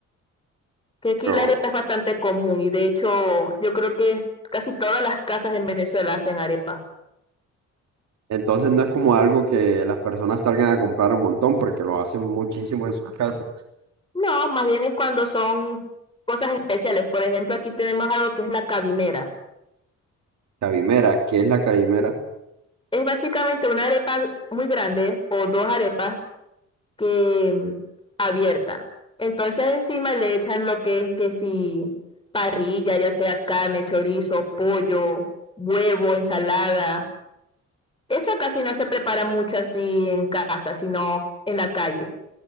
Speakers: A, on the left; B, on the right.
A: Que aquí
B: Pero,
A: la arepa es bastante común y de hecho yo creo que es- casi todas las casas en Venezuela hacen arepa.
B: entonces no es como algo que las personas salgan a comprar un montón, porque lo hacen muchísimo en sus casas.
A: No, más bien es cuando son cosas especiales. Por ejemplo, aquí tenemos algo que es la cabimera.
B: Cabimera, ¿qué es la cabimera?
A: Es básicamente una arepa muy grande o dos arepas que mm, abierta. Entonces encima le echan lo que es que si parrilla, ya sea carne, chorizo, pollo, huevo, ensalada. Esa casi no se prepara mucho así en casa, sino en la calle.